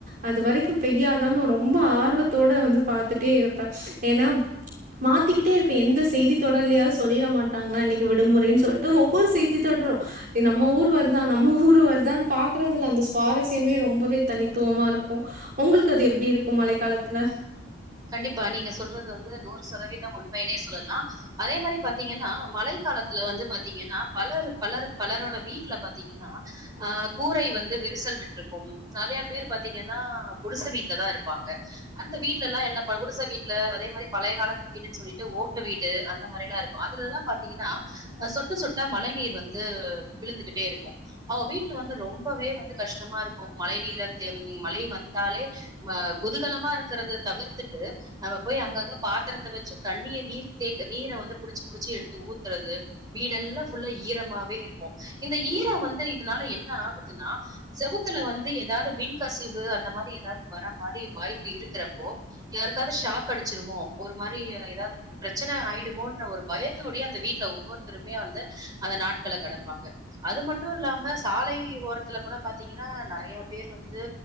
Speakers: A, on the right; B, on the right.
A: அது வரைக்கு பெய்யாதா ரொம்ப ஆர்வத்தோட வந்து பாத்துட்டே இருப்ப ஏனா மாத்திக்கிட்டே இருப்ப எந்த செய்தி தொடர்லயாது சொல்லிர மாட்டாங்களா இன்னக்கி விடுமுறைன் சொல்ட்டு ஒவ்வொரு செய்தி த்தி தொடரு நம்ம ஊர் வருதா நம்ம ஊர் வருதான் பாக்றதுல அந்த சுவாரஸ் எப்பவுமே ரொம்பவே தனித்துவமா இருக்கு உங்ளுக்கு அது எப்டி இருக்கு மழை காலத்துல
B: கண்டிப்பா நீங்க சொல்றது வந்து நூறு சதவீதம் உண்மைனே சொல்லலா அதே மாரி பாத்தீங்கன்னா மலைப் க் காலத்துல வந்து பாத்தீங்கனா பலரு பலர் பலரோட வீடல பாத்தீங்கனா ஆ கூரை வந்து விரிசல் விட்ருக்கும் நறைய பேர் பாத்தீங்கனா குடிச வீட்ல தா இருப்பாங்க அந்த வீட் வீட்டலா என்ன குடிச வீட்ல அதே மாரி பழைய காலத் மத்தி வீடுன் சொல்லிட்டு ஓட்டு வீடு அந்த மாரில்லா இருக்கு அதுல எல்லா பாத்தீங்கனா ஆ சொட்டு சொட்டா மழை நீர் வந்து விழுந்துகிட்டே இருக்கு அவ வீட்ல வந்து ரொம்பவே வந்து கஷ்டமா இருக்கு மழை நீர தேம் மழை வந்தாலே ஆ குதூகலமா இருக்கரத தவிர்த்துட்டு அவ போய் அங்கங்க பாத்தரத்த வச்சி தண்ணிய நீர் தேக் நீர வந்து புடிச்சி புடிச்சி எடுத்து ஊத்துதறது வீடெல்லா ஃபுல்லா ஈரமாவே இருக்கு இந்த ஈரம் வந்து இதுனால என்ன ஆகுதுன்னா செவுத்துல வந்து ஏதாவது மின் கசிவு அந்த மாரி ஏதாவது வர மாரி வாய்ப்பு இருக்கறப் போ யாருக்காது ஷாக் அடிச்சிருமோ ஒரு மாரி ஏதாது பிரச்சன ஆயிடுமோன்ற ஒரு பயத்தோடயே அந்த வீட்ல ஒவ்வொருத்தருமே வந்து அந்த நாட்கள கடப்பாங்க அது மட்டு இல்லாம சாலை ஓரத்துல கூட பாத்தீங்கனா நறையப் பேர் வந்து